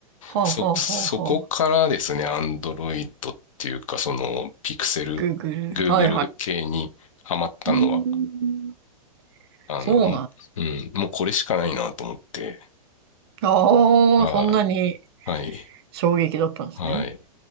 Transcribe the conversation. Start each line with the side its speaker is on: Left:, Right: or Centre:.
Right: あ。はあはあはあはあ。
Left: そ、そこからですね、アンドロイドっていうか、その、ピクセル、
Right: グーグル。
Left: Google
Right: はいはい。
Left: 系にハマったのは、
Right: うーん。
Left: あの、
Right: そうなん。
Left: うん、もうこれしかないなと思って、
Right: ああ、
Left: はい
Right: そんなに
Left: はい。
Right: 衝撃だったんですね。
Left: はい。